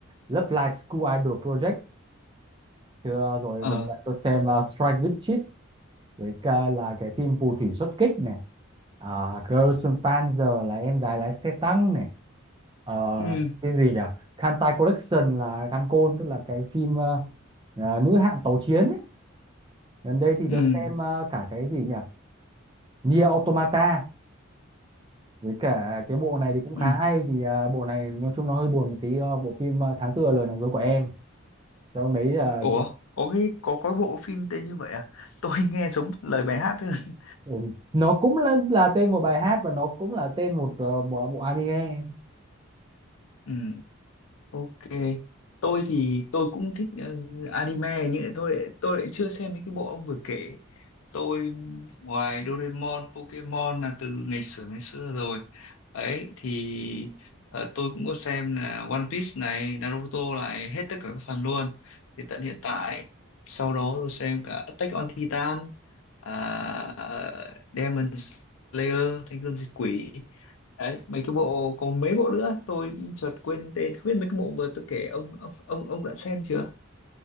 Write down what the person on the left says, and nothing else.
ờ
ừ
ừ
ừ
Ủa,
có cái có có bộ phim tên như vậy à? Tôi <laughs> nghe giống lời bài hát thôi. <laughs>
Ừ, ok. Tôi thì tôi cũng thích ờ, anime nhưng lại tôi lại- tôi lại chưa xem mấy cái bộ ông vừa kể. Tôi ngoài Doraemon, Pokemon là từ ngày xưa ngày xưa rồi. Ấy thì ờ, tôi cũng có xem là One Piece này, Naruto này, hết tất cả các phần luôn. Thì tận hiện tại sau đó tôi xem cả Attack on Titan à, Demon Slayer Thanh Gươm Diệt Quỷ đấy mấy cái bộ còn mấy bộ nữa tôi chợt quên tên không biết mấy cái bộ vừa tôi kể ông ông ông ông đã xem chưa